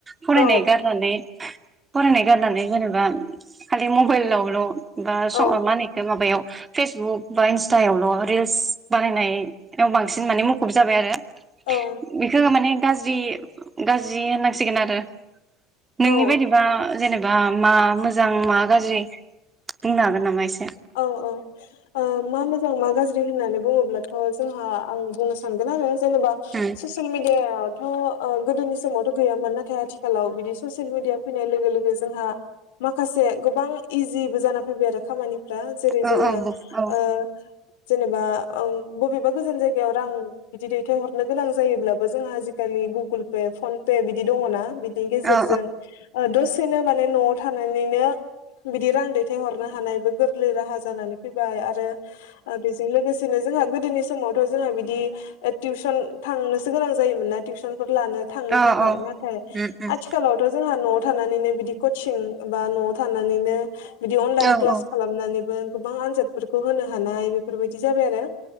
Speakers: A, on the right (about 25°); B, on the left (about 75°).
A: फरायनाय
B: औ
A: गारनानै फरायनाय गारनानै जेनेबा खालि मबाइलावल' बा स
B: औ
A: मा होनखौ माबायाव फेसबुक बा इन्स्टायावल' रिल्स बानायनायाव बांसिन माने मुखुब जाबाय आरो
B: औ
A: बिखौ माने गाज्रि - गाज्रि होननांसिगोन आरो
B: औ
A: नोंनि बायदिबा जेनेबा आ मा मोजां मा गाज्रि बुंनो हागोन नामा एसे
B: औ - औ मा मोजां मा गाज्रि होननानै बुंङोब्लाथ' जोंहा आं बुंनो सानगोन आरो जेनेबा
A: औ
B: ससिल मिडिया थ' गोदोनि समावथ' गैयामोन नाथाय आथिखालाव बिदि ससियेल मिडिया फैनाय लोगो लोगो जोंहा माखासे गोबां इजिबो जाना फैबाय आरो खामानि जेरै
A: औ
B: जोंङो
A: औ औ
B: ओ जेनेबा बबेबा गोजान जायगायाव रां बिदि दैथायहरनो गोनां जायोब्लाबो जोंहा आजिखालि गुगोल पे फन पे बिदि दङो ना बि गेजेरजों
A: औ
B: दसेनो माने न'आव थानानैनो बिदि रां दैथाय हरनो हानायबो गोरलै राहा जानानै फैबाय आरो ओ बेजों लोगोसेनो जोंहा गोदोनि समावथ' जोंहा बिदि टिउसन थांनोसो गोनां जायोमोन ना टिउसन फोर लानो थांनो
A: औ
B: थाखाय
A: औ
B: नाथाय
A: उम उम
B: आथिखालावथ' जोंहा न' आव थानानैनो बिदि कचिं बा न'आव थानानैनो बिदि अनलाइन
A: औ
B: क्लास
A: औ
B: मोननानैबो गोबां आनजादफोरखौ होनो हानाय बेफोरबायदि जाबाय आरो